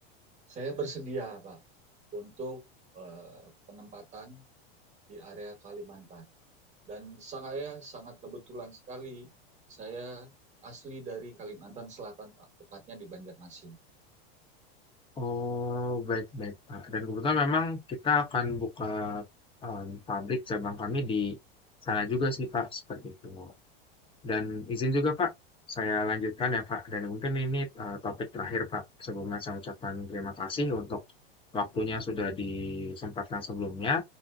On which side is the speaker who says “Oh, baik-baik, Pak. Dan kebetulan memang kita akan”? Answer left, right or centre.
Left